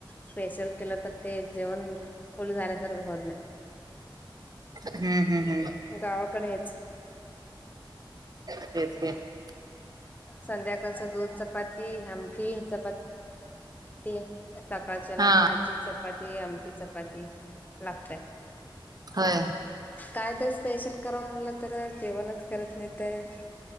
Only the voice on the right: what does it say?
हम्म हम्म हम्म.
<unintelligible>
हा
हय